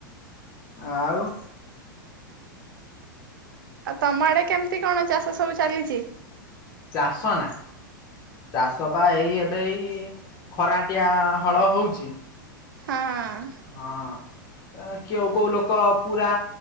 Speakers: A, on the left; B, on the right.
A: ଆଉ?
B: ଆଉ ତମ ଆଡେ କେମତି କଣ ଚାଷ ସବୁ ଚାଲିଛି?
A: ଚାଷ ନା ଚାଷ ବା ଏଇ ଏବେ ଏଇ ଖରାଟିଆ ହଳ ହଉଛି।
B: ହଁ।
A: ହଁ କିଏ କେଉଁ କୋଉ ଲୋକ ପୁରା